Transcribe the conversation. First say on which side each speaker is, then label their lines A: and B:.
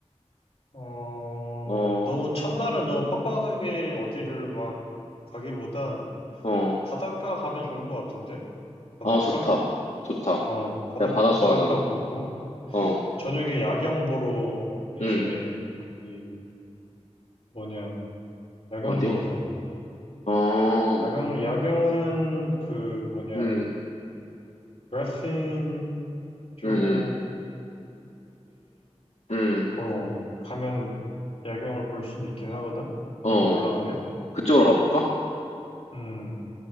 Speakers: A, on the left; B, on the left.
A: 어
B: 어,
A: 너무 첫날은 너무 빡빡하게 어디를 막 가기보단
B: 어,
A: 바닷가 가면 좋을 것 같은데 바닷가?
B: 아, 좋다. 좋다.
A: 어, 바다,
B: 내가 바다 좋아하잖아.
A: 바닷가 보고,
B: 어,
A: 저녁에 야경 보러 이제
B: 음,
A: 거기 뭐냐, 야경
B: 어디?
A: 보러 가고.
B: 어,
A: 야경, 야경은 그 뭐냐,
B: 음,
A: 그라핀 쪽에,
B: 음, 음, 음,
A: 어, 가면 야경을 볼 수는 있긴 하거든?
B: 어,
A: 그 올라가면?
B: 그쪽으로 가볼까?
A: 음,